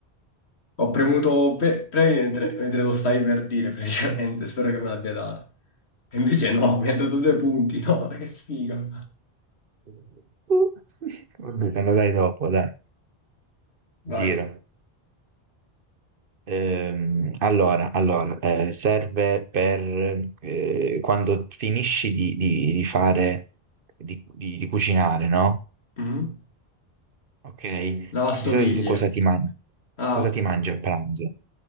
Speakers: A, on the left; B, on the right.
A: Ho premuto pe- premi mentre,
B: Uh,
A: mentre lo stai per dire, praticamente. <laughs> Spero che me l'abbia data. E invece no, mi ha dato due punti. No, ma che sfiga.
B: uh, uh. <laughs> Vabbè, te lo dai dopo, dai,
A: Vai.
B: giro. Ehm, allora, allora, eh, serve per eh, quando finisci di, di- di fare, di, di- di cucinare, no?
A: Mhm.
B: Ok?
A: Lavastoviglie.
B: Di solito tu cosa ti mangi?
A: Ah,
B: Cosa
A: ok.
B: ti mangi a pranzo?